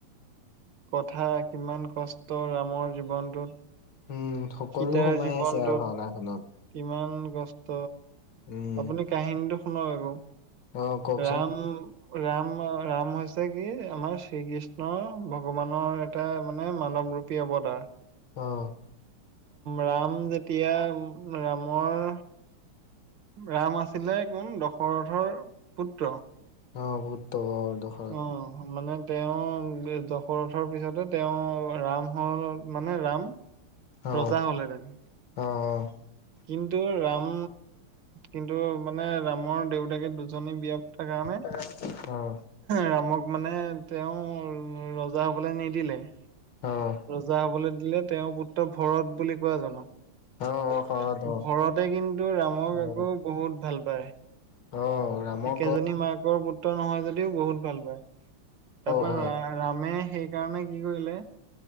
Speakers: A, on the right; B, on the left.
A: কথা কিমান কষ্ট ৰামৰ জীৱনটোত।
B: উম, সকলো
A: সীতাৰ
B: সোমাই
A: জীৱনটোত
B: আছে আৰু ভাওনাখননত।
A: কিমান কষ্ট
B: উম
A: আপুনি কাহিনীটো শুনক আকৌ
B: অ কওকচোন
A: ৰাম ৰাম ৰাম হৈছে কি আমাৰ শ্ৰীকৃষ্ণ ভগৱানৰ এটা মানে মানৱ ৰূপী হ'ব তাৰ।
B: অ',
A: ৰাম যেতিয়া ৰামৰ ৰাম আছিলে কোন দশৰথৰ পুত্ৰ।
B: অ' পুত্ৰ হ
A: অ' মানে তেওঁ দশৰথৰ পিছতে তেওঁ ৰাম হল মানে ৰাম
B: অ
A: ৰজা হ'লেহতেন।
B: অ'
A: কিন্তু ৰাম কিন্তু মানে ৰামৰ দেউতাকে দুজনী বিয়া পতাৰ কাৰণে
B: অ',
A: ৰামক মানে তেওঁ ৰজা হবলৈ নিদিলে।
B: অ',
A: ৰজা হবলৈ দিলে তেওঁৰ পুত্ৰ ভৰত বুলি কোৱা জানক।
B: অ অ শৰৎ অ
A: ভৰতে কিন্তু ৰামক
B: অ
A: আকৌ বহুত ভাল পায়।
B: অ' ৰামৰ
A: একেজনী
B: ক
A: মাকৰ পুত্ৰ নহয় যদিও বহুত ভাল পায় তাৰ পৰাৰা
B: হয়
A: ৰা ৰামে সেইকাৰণে কি কৰিলে